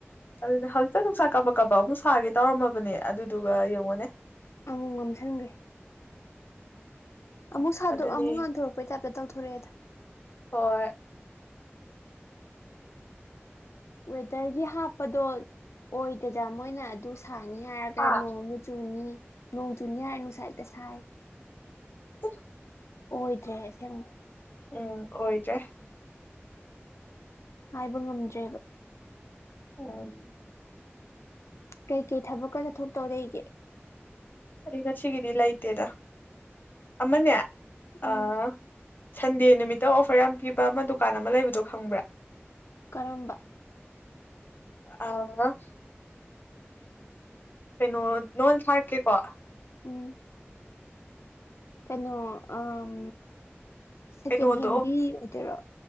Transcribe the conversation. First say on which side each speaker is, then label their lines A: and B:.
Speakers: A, on the left; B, on the left.
A: ꯑꯗꯨꯅꯦ ꯍꯧꯖꯤꯛꯇ ꯅꯨꯡꯁꯥ ꯀꯥꯕꯛ ꯀꯥꯕꯛ ꯑꯃꯨꯛ ꯁꯥꯒꯦ ꯇꯧꯔꯝꯃꯕꯅꯦ ꯑꯗꯨꯗꯨꯒ ꯌꯦꯡꯉꯣꯅꯦ
B: ꯑꯃꯨꯛ ꯃꯝꯁꯟꯒ꯭ꯔꯦ ꯑꯃꯨꯛ ꯁꯥꯗꯣꯛ
A: ꯑꯗꯨꯅꯤ
B: ꯑꯃꯨꯛ ꯉꯟꯊꯣꯔꯛꯄꯩ ꯇꯥꯏꯞꯇ ꯇꯧꯊꯣꯔꯛꯑꯦꯗ
A: ꯍꯣꯏ
B: ꯋꯦꯇꯔꯒꯤ ꯍꯥꯞꯄꯗꯣ ꯑꯣꯏꯗꯦꯗ ꯃꯣꯏꯅ ꯑꯗꯨ ꯁꯥꯅꯤ ꯍꯥꯏꯔꯒ
A: ꯑꯥ
B: ꯅꯣꯡꯃꯨꯛ ꯆꯨꯅꯤ ꯅꯣꯡ ꯆꯨꯅꯤ ꯍꯥꯏꯔ ꯅꯨꯡꯁꯥ ꯍꯦꯛꯇ ꯁꯥꯏ
A: <unintelligible>
B: ꯑꯣꯏꯗ꯭ꯔꯦ ꯑꯁꯦꯡ
A: ꯎꯝ ꯑꯣꯏꯗ꯭ꯔꯦ
B: ꯍꯥꯏꯕ ꯉꯝꯗ꯭ꯔꯦꯕ
A: ꯑꯣ ꯎꯝ
B: ꯀꯩ ꯀꯩ ꯊꯕꯛꯀ ꯆꯠꯊꯣꯛꯇꯧ ꯂꯩꯒꯦ
A: ꯑꯩ ꯉꯁꯤꯒꯤꯗꯤ ꯂꯩꯇꯦꯗ ꯑꯃꯅꯦ ꯑꯥ
B: ꯎꯝ
A: ꯁꯟꯗꯦ ꯅꯨꯃꯤꯠꯇ ꯑꯣꯐꯔ ꯌꯥꯝ ꯄꯤꯕ ꯑꯃ ꯗꯨꯀꯥꯟ ꯑꯃ ꯂꯩꯕꯗꯣ ꯈꯪꯕ꯭ꯔꯥ
B: ꯀꯔꯝꯕ
A: ꯑꯥ ꯀꯩꯅꯣ ꯅꯣꯟ ꯊꯔꯛꯀꯦꯀꯣ
B: ꯎꯝ ꯀꯩꯅꯣ ꯑꯝ ꯁꯦꯀꯦꯟ
A: ꯀꯩꯅꯣꯗꯣ
B: ꯍꯦꯟꯒꯤ ꯑꯣꯏꯗꯣꯏꯔꯣ